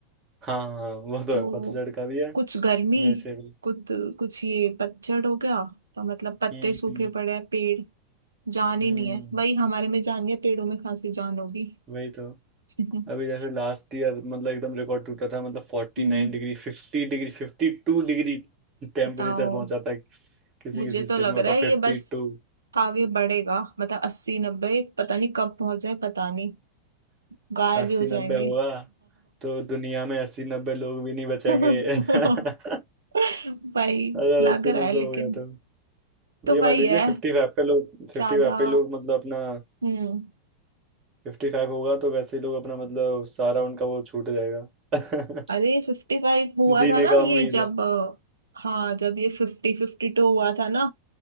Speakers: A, on the right; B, on the right.
A: हाँ हाँ वो तो
B: तो
A: है पतझड़ का भी है
B: कुछ गर्मी
A: वैसे भी
B: कुछ कुछ ये पतझड़ हो गया तो मतलब पत्ते
A: हम्म
B: सूखे
A: हम्म
B: पड़े हैं पेड़ जान
A: हम्म,
B: ही नहीं है वही हमारे में जान है पेड़ों में कहाँ से जान होगी
A: वही तो
B: <laughs>
A: अभी जैसे लास्ट ईयर मतलब एकदम रिकॉर्ड टूटा था मतलब फोर्टी
B: हम्म,
A: नाइन डिग्री फिफ्टी डिग्री फिफ्टी टू डिग्री टेम्परेचर
B: बताओ
A: पहुंचा था किसी
B: मुझे
A: किसी स्टेट
B: तो लग
A: में होता
B: रहा है ये
A: फिफ्टी
B: बस
A: टू
B: आगे बढ़ेगा मतलब अस्सी नब्बे पता नहीं कब पहुंच जाए पता नहीं गायब
A: अस्सी
B: भी हो जाएंगे
A: नब्बे हुआ तो दुनिया में अस्सी नब्बे लोग भी नहीं बचेंगे
B: <laughs>
A: <laughs>
B: भाई
A: अगर
B: लग
A: अस्सी
B: रहा
A: नब्बे
B: है लेकिन
A: हो गया तो
B: तो
A: ये
B: भाई
A: मान लीजिए
B: है
A: फिफ्टी फाइव पे लोग फिफ्टी
B: ज्यादा
A: फाइव पे लोग मतलब अपना
B: हम्म
A: फिफ्टी फाइव होगा तो वैसे ही लोग अपना मतलब सारा उनका वो छूट जाएगा <laughs>
B: अरे फिफ्टी फाइव हुआ
A: जीने
B: था ना
A: का
B: ये
A: उम्मीद
B: जब
A: है
B: अ, हाँ जब ये फिफ्टी फिफ्टी टू हुआ था ना